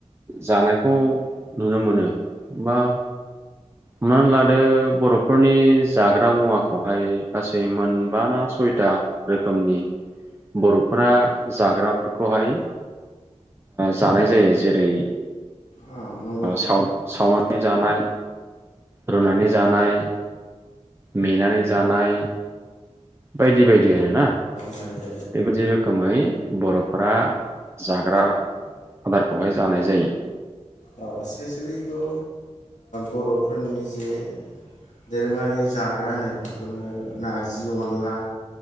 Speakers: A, on the right; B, on the left.
A: जानाय खौ नुनो मोनो मा हमनानै लादो बर'फोरनि जाग्रा मुवाखौहाय गासै मोनबा ना सयथा रोखोमनि बर'फोरा जाग्राफोरखौहाय जानाय जायो ओ जेरै
B: औ नंगौ नोंथां
A: साव सावनानै जानाय रुनानै जानाय मेनानै जानाय बायदि बायदि आरो ना
B: आरो
A: बेबो जे रोखोमै बर'फोरा जाग्रा आदारखौहाय जानाय जायो
B: औ स्पेसियेलिथ' ओ बर'फोरनि जे दोरोङारि जाग्रा होनोबाथ' नोङो नारजि अनला